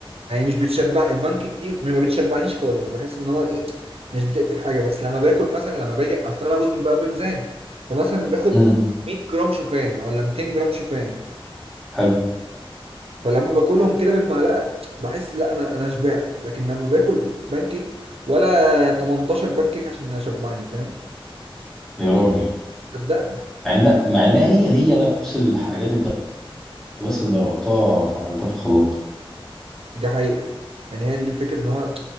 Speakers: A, on the right; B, in the centre.
A: يعني مش بتشبع البانكيك دي ما بتشبعنيش خالص بحس ان هو ايه مش بتقفل حاجة بس لما باكل مثلا لما باجي اصل انا بقى بوزن بقى بميزان فمثلا باخد
B: امم
A: 100 جرام شوفان ولا 200 جرام شوفان
B: حلو
A: فلما باكلهم كده بالمعلقه بحس لا انا انا شبعت لكن لما باكل بانكيك ولا 18 بانكيك عشان اشبعني فاهم
B: يا راجل
A: صدقني
B: مع ان مع انها هي هي نفس الحاجات انت بس ضربتها فعملتها في الخلاط
A: دي حقيقه يعني هي دي الفكره ان هو